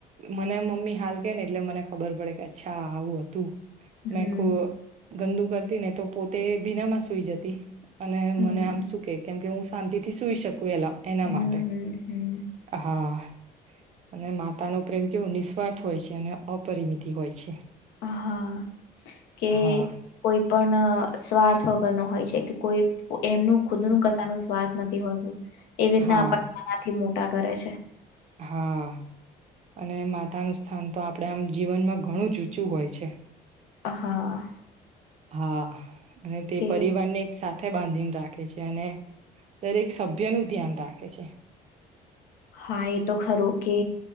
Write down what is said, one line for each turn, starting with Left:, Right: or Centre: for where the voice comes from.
Right: મને મમ્મી હાલ કે ને એટલે મને ખબર પડે કે અચ્છાા આવું હતું તો
Left: હમ
Right: નાક ગંદુ કરતી ને તો પોતે ભીના માં સૂઈ જતી અને
Left: હમ
Right: મને આમ શું કે કેમ કે હું શાિથી સુઈ શક કવેલા એના
Left: હમ
Right: માટે
Left: હમ હમ
Right: હા અને માતા નો પ્રેમ કેવો નિસ્વાર્થ હોય છે અને અપરિમિતિ હોય છે
Left: હા કે
Right: હા
Left: કોઈ પણ સ્વાર્થ વગર નો હોય છે કે કોઈ એમનું ખુદ ન કશા ન સ્વાર્થ નથી હોત એવી રીતના
Right: હા
Left: આપ નાનાથી મોટ ટા કરે છે
Right: હા અને માતાનું સ્થાન તો આપણે આમ જીવનમાં ઘણું ઊંચું હોય છે
Left: હા
Right: હા અને તે
Left: કે
Right: પરિવારને સાથે બાંધીને રાખે છે અને દરેક સભ્ય નું ધ્યાન રાખે છે
Left: હા એ તો ખરું કે